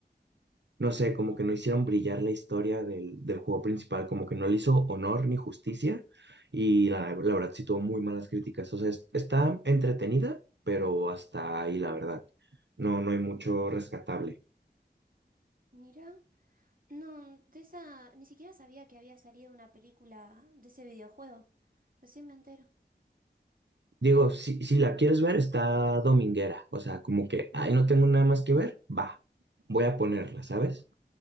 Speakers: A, on the right; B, on the right.
A: no sé, como que no hicieron brillar la historia del, del juego principal, como que no le hizo honor ni justicia y la, la verdad sí tuvo muy malas críticas. O sea, es- está entretenida, pero hasta ahí la verdad. No, no hay mucho rescatable.
B: Mira, no, de esa, ni siquiera sabía que había salido una película de ese videojuego. Recién me entero,
A: Digo, si, si la quieres ver, está dominguera. O sea, como que, ay, no tengo nada más que ver, va, voy a ponerla, ¿sabes?